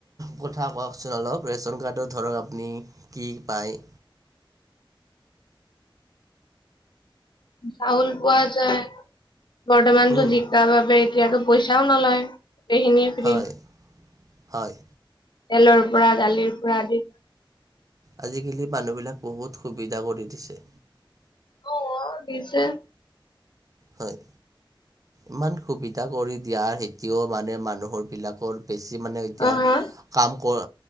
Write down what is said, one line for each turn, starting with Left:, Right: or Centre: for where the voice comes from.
Right: কথা কওকচোন অলপ, ৰেচন কাৰ্ডত ধৰক আপুনি কি পায়।
Left: চউল পোৱা যায়, বৰ্তমানতো
Right: হুম,
Left: জিকা বাবোপ এতিয়াতো পইচাও নলয়, গোটেইখিনিয়ে ফি
Right: হয় হয়।
Left: তেলৰ পৰা দালিৰ পৰা আদি
Right: আজিকালি মানুহবিলাক বহুত সুবিধা কৰি দিছে।
Left: অ', দিছে।
Right: হয়, ইমান সুবিধা কৰি দিয়াৰ হেতিও মানে মানুহৰ বিলাকৰ বেছি মানে এতিয়া
Left: অ হা
Right: কাম কৰ